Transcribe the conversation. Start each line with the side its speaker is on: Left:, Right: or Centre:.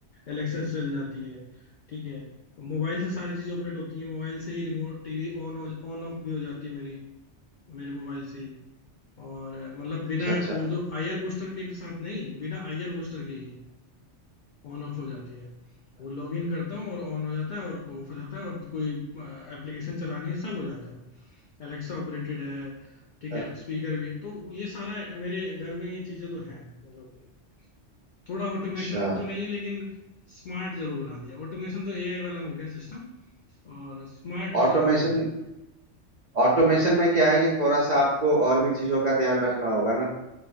Left: एलेक्सा से चल जाती है ठीक है मोबाइल से सारी चीजें ऑपरेट होती हैं मोबाइल से ही remote TV on on off भी हो जाती है मेरी मेरे मोबाइल से ही और मतलब
Right: अच्छा
Left: बिना
Right: अच्छा
Left: वो जो आईआर बूस्टर के तो साथ नहीं बिना आईआर बूस्टर के ही ऑन ऑफ हो जाती है वो लॉग इन करता हूँ और ऑन हो जाता है और ऑफ हो जाता है और कोई एप्लीकेशन चलानी है सब हो जाता है एलेक्सा ऑपरेटेड है ठीक
Right: अच्छा
Left: है स्पीकर भी है तो ये सारा मेरे घर में ये चीजें तो हैं मतलब थोड़ा ऑटोमेशन
Right: अच्छा
Left: तो नहीं लेकिन स्मार्ट जरूर बना दिया ऑटोमेशन तो एआई वाला हो गया सिस्टम और स्मार्ट
Right: ऑटोमेशन
Left: जरूर है हम्म,
Right: ऑटोमेशन में क्या है कि थोड़ा सा आपको और भी चीजों का ध्यान रखना होगा ना